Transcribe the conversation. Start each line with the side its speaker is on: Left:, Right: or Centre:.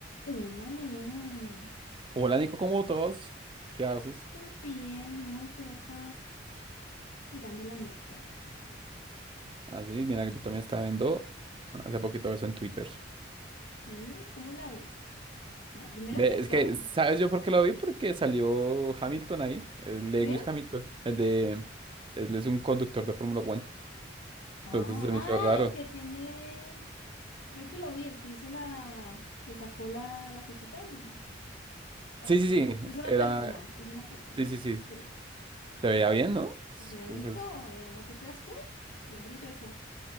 Left: Hola Leo,
Right: Hola Nico, ¿cómo todos? ¿Qué haces?
Left: estoy bien, ¿no? Estoy acá mirando la Met Gala.
Right: Así, mira, yo también estaba viendo hace poquito eso en Twitter.
Left: ¿Y cómo la ves? Mira, primero
Right: Ve,
Left: que todo,
Right: Es que, ¿sabes yo por qué lo vi? Porque salió Hamilton ahí, el Lewis
Left: ¿sí?
Right: Hamilton, el de... Él es un conductor de Fórmula Uno,
Left: Ah,
Right: entonces se
Left: ah,
Right: me hizo raro.
Left: el que tiene, creo que lo vi, el que hizo la, se sacó la, la cosita y, ay,
Right: Sí, sí,
Left: ¿cómo?
Right: sí,
Left: Hizo una
Right: era...
Left: performance, hizo una performance.
Right: Sí, sí, sí,
Left: Sí,
Right: te veía
Left: hizo-
Right: bien, ¿no? Es-
Left: se se ve
Right: uf,
Left: bonito
Right: es
Left: y además de casco, bien brilloso.